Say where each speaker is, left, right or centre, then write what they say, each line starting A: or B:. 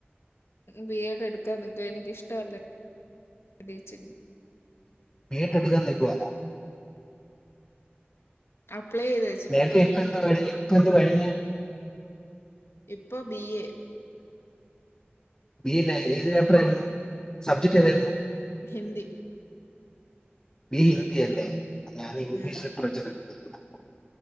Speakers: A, on the left; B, on the left.
A: ബി എഡ് എടുക്കാ നിക്കുവാ എനിക്കിഷ്ടല്ല ടീച്ചിങ്-
B: <unintelligible>
A: പ്ലേ ചെയ്ത് വെച്ചിട്ടുണ്ട്
B: നേരത്തെ ഇപ്പൊ എന്ത് കഴിഞ്ഞു ഇപ്പൊ എന്ത് കഴിഞ്
A: ഇപ്പൊ ബി എ
B: ബി എ ഏത് പേപ്പറായിരുന്നു സബ്ജക്ട് ഏതായിരുന്നു?
A: ഹിന്ദി
B: ബി ഹിന്ദിയല്ലേ ഞാൻ ഇംഗ്ലീഷ്
A: ഉം
B: ലിറ്ററേചറ് <unintelligible>